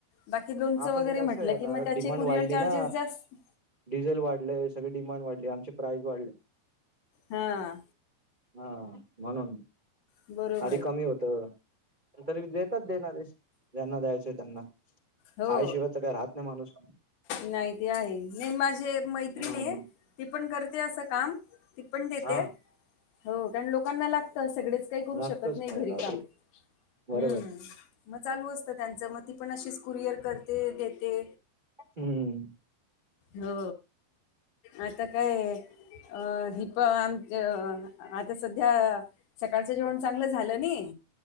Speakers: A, on the left (about 85°); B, on the right (about 60°).
A: बाकी लोनचं
B: हा पण
A: वगैरे
B: ते कसं
A: म्हटलं
B: आहे आता
A: की मग त्याचे
B: डिमांड
A: कुरिअर
B: वाढली
A: चार्जेस
B: ना
A: जास्त
B: डिझेल वाढलंय सगळे डिमांड वाढले आमचे प्राईज वाढले.
A: हा
B: हा म्हणून.
A: बरं.
B: आधी कमी होतं तरी देतात देणारे ज्यांना द्यायचे त्यांना.
A: हो
B: खायशिवाय तर काय राहत नाही माणूस
A: नाही ती आहे नाही माझे मैत्रिणीये
B: हम्म
A: ती पण करते असं काम. ती पण देते
B: हा
A: हो कारण लोकांना लागते सगळेच काही करू
B: लागतच
A: शकत नाही
B: खायला
A: घरी काम
B: बरोबर
A: हम्म. मग चालू असतं त्यांचं मग ती पण अशीच कुरिअर करते देते.
B: हम्म.
A: हो आता काय अ हिप आमचं आता सध्या सकाळचं जेवण चांगलं झालं नाही